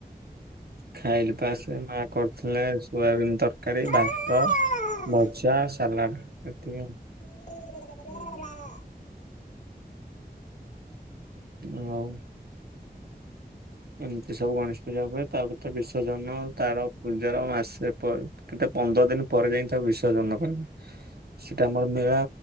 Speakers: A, on the right; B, on the left.
A: ଖାଇଲେ ପା ସେ ମା କରିଥିଲେ ସୋୟାବିନ ତରକାରୀ,
B: ହୁଁ
A: ଭାତ ଭଜା ଆଉ ସାଲାଡ଼ ଏତିକି ଆଉ।
B: <inaudible> ହୁଁ।
A: ଆଉ ଏମିତି ସବୁ ଗଣେଶ ପୂଜା ହୁଏ ତା ଭିତରେ ବିସର୍ଜନ ତାର ପୂଜାର ମାସ ପରେ କେତେ ପନ୍ଦର ଦିନ ପରେ ଯାଇ ତାକୁ ବିସର୍ଜନ କରେ। ସେଟା ଆମର ମେଳା